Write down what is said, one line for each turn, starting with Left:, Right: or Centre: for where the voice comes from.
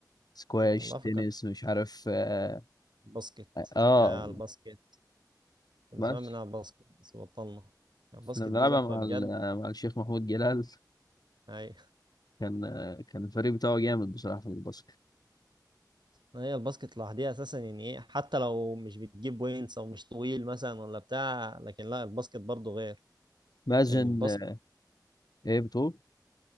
Left: سكواش
Right: والله
Left: تنس
Right: فكرت
Left: مش عارف اه,
Right: الباسكت
Left: آه
Right: يا على الباسكت من
Left: بس
Right: زمان بنلعب باسكت بس بطلنا يعني الباسكت
Left: انا بلعبها
Right: دي تحفة
Left: مع
Right: بجد
Left: ال- مع الشيخ محمود جلال
Right: أي
Left: كان كان الفريق بتاعه جامد بصراحه في الباسكت
Right: هي الباسكت لوحدها أساسا يعني إيه حتى لو مش بتجيب وينس أو مش طويل مثلا ولا بتاع لكن لا الباسكت برضه غير
Left: مازن
Right: يعني الباسكت
Left: آه، ايه بتقول